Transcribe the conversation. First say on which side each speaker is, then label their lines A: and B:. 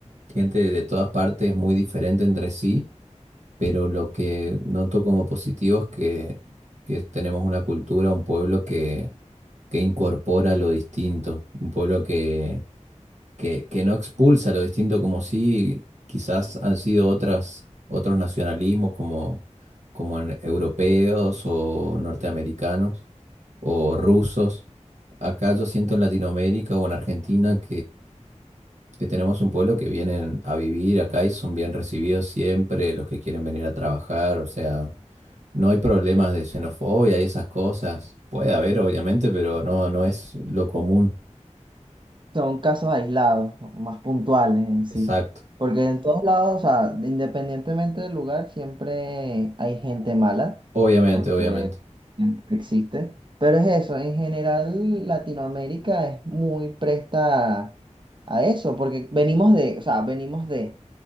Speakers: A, on the right; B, on the right.
A: gente de todas partes, muy diferente entre sí pero lo que noto como positivo es que, que tenemos una cultura, un pueblo que, que incorpora lo distinto, un pueblo que, que, que no expulsa lo distinto como si quizás han sido otras, otros nacionalismos como, como en- europeos o norteamericanos o rusos. Acá yo siento en Latinoamérica o en Argentina que tenemos un pueblo que vienen a vivir acá y son bien recibidos siempre los que quieren venir a trabajar, o sea, no hay problemas de xenofobia y esas cosas. Puede haber, obviamente, pero no, no es lo común.
B: Son casos aislados, más puntuales en sí.
A: Exacto.
B: Porque en todos lados, o sea, de- independientemente del lugar, siempre hay gente mala,
A: Obviamente,
B: porque
A: obviamente.
B: siempre existe. Pero es eso, en general Latinoamérica es muy presta a eso, porque venimos de, o sea, venimos de,